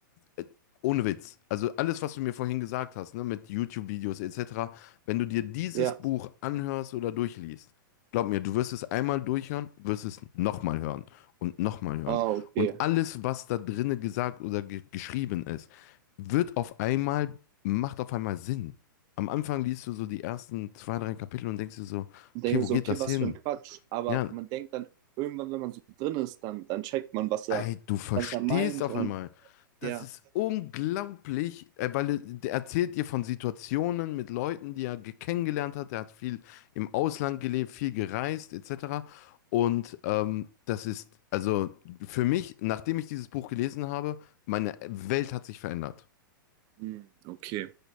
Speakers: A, on the left; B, on the right.
A: äh, ohne Witz. Also alles, was du mir vorhin gesagt hast, ne, mit YouTube-Videos etc., wenn du dir dieses
B: Ja.
A: Buch anhörst oder durchliest, glaub mir, du wirst es einmal durchhören, wirst es nochmal hören und nochmal hören.
B: Ah, okay.
A: Und alles, was da drinnen gesagt oder ge geschrieben ist, wird auf einmal, macht auf einmal Sinn. Am Anfang liest du so die ersten zwei, drei Kapitel und denkst dir so,
B: Und
A: okay,
B: denke
A: wo
B: so,
A: geht
B: okay,
A: das
B: was
A: hin?
B: für ein Quatsch. Aber
A: Ja,
B: man denkt dann irgendwann, wenn man so drin ist, dann, dann checkt man, was
A: Ey,
B: er,
A: du verstehst
B: was er meint
A: auf
B: und
A: einmal. Das
B: ja.
A: ist unglaublich, äh, weil er- der erzählt dir von Situationen mit Leuten, die er ge- kennengelernt hat. Er hat viel im Ausland gelebt, viel gereist, etc. Und ähm, das ist, also für mich, nachdem ich dieses Buch gelesen habe, meine Welt hat sich verändert.
B: Hm, Okay.